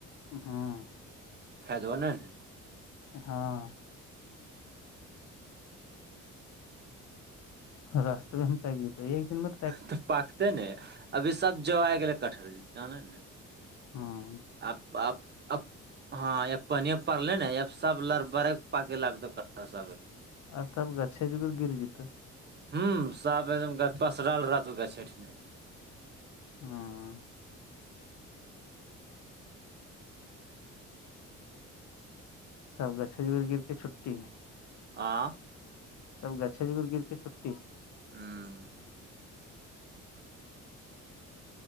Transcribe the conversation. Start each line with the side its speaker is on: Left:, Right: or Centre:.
Left: ہاں
Right: فائد ہو نہیں نا
Left: ہاں رست بھی ہم پ دی ایک دن مر
Right: تو پاکتے ن ابھی سب جو آ گے کٹہر ج جان نا
Left: ہاں
Right: آپ آپ آپ ہاں ب پہانی پڑلے نا ب سب لر بر پاک لگتا س
Left: اور سب گچھے جگھر گر جتا
Right: ہ سب ایک دم پسرل رہ ا چٹنی
Left: ہاں سب گچے ج گر کے چھٹٹی
Right: آ
Left: سب گچھے جگر گر کے چھٹی
Right: ہاں